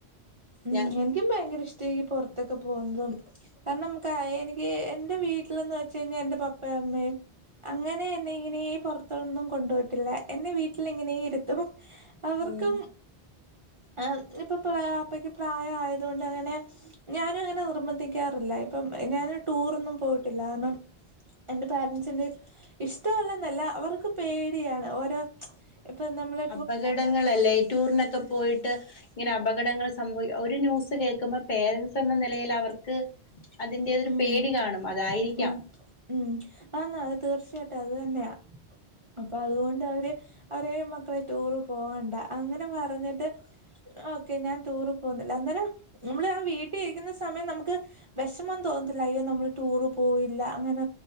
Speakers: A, on the right; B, on the left.
A: ഉം
B: ഞ
A: എനിക്കും ഭയങ്കരിഷ്ട ഈ പൊർത്തൊക്കെ പോന്നതും <unintelligible> നമുക്ക് എനിക്ക് എന്റെ വീട്ടിലന്ന് വെച്ച് കഴിഞ്ഞാ എന്റെ പപ്പേ അമ്മേം അങ്ങനെ എന്നെ ഇങ്ങനേ പൊറത്തൊന്നും കൊണ്ടോയ്‌ട്ടില്ല. എന്നെ വീട്ടിലിങ്ങനേര്ത്തും. ഹും അവർക്കും
B: ഉം
A: ആ ഇപ്പൊ പ്രാ അപ്പക്ക് പ്രായായതോണ്ട് അങ്ങനെ ഞാനു അങ്ങന നിർമ്മന്ധിക്കാറില്ല ഇപ്പം ഞാന് ടൂറൊന്നും പോയിട്ടില്ലാണം എന്റെ പേരൻറ്സിന് ഇഷ്ടഅല്ലെന്നല്ല അവർക്ക് പേടിയാണ് ഓരോ ച്ച എപ്പൾ നമ്മ്ള്
B: അപകടങ്ങളല്ലേയി ടൂർനൊക്ക പോയിട്ട് ങ്ങനെ അബകടങ്ങൾ സംഭവി ഒരു നൂസ് കേക്കുമ്പ പേരൻറ്സെന്ന നെലയിൽ അവർക്ക് അതിന്റേതൊര്
A: ഉം
B: പേടി കാണും അതായിരിക്കാം.
A: ഉം ഉം. അന്നാ അത് തീർച്ചയായിട്ടു അതുതന്നെയാ അപ്പതുകൊണ്ടവര് ഒരേ മക്കളെ ടൂറ് പോവണ്ട അങ്ങന പറഞ്ഞ്ട്ട് ഓക്കെ ഞാൻ ടൂറ് പോന്ന്ല്ല. അന്നെരം നമ്മള് അ വീട്ടീരിക്കുന്ന സ് സമയം നമുക്ക് വെഷമം തോന്നത്തില്ലയ്യോ നമ്മള് ടൂറ് പോയില്ല അങ്ങന